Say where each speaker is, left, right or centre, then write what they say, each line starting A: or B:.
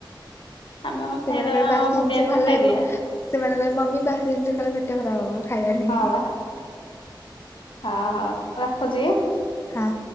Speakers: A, on the left; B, on the left.
A: ଆମେ ହଁ
B: ସେମାନେ
A: ଖାଇଦବା
B: କହି ବାସିଜିନିଷ
A: ହଁ ପକେଇବା କଣ
B: ଖାଇଲେ
A: ଖାଇଦିବା
B: ମ ସେମାନେ କହିବେ ମମି ବାସି ଜିନିଷ ଖାଇଲେ ପେଟ ଖରାପ ହବ ଖାଇବାନି।
A: ହଁ ବା ହଁ ହଉ ରଖୁଛି।
B: ହଁ।